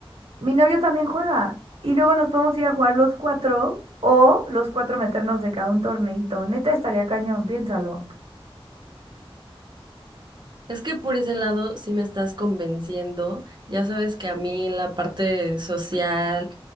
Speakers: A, on the right (about 75°); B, on the right (about 50°).
A: Mi novio también juega. Y luego nos podemos ir a jugar los cuatro o los cuatro meternos de cada un torneito. Neta estaría cañón, piénsalo.
B: Es que por ese lado sí me estás convenciendo. Ya sabes que a mí la parte social